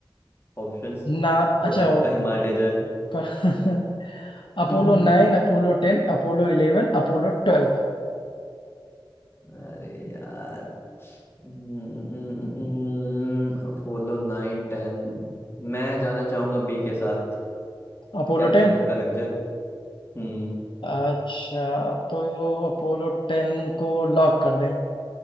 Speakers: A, on the left; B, on the left.
A: ऑप्शंस
B: ना अच्छा
A: थोड़ा तुक्का ही मार लिया
B: <laughs> अपोलो
A: जाए <laughs>
B: नाइन Apollo टेन Apollo इलेवन Apollo ट्वेल्व
A: अरे यार हम्म, Apollo nine ten मैं जाना चाहूंगा बी के साथ
B: अपोलो
A: क्या पता
B: टेन
A: तुक्का लग जाए हम्म
B: अच्छा तो अपोलो टेन को लॉक कर दें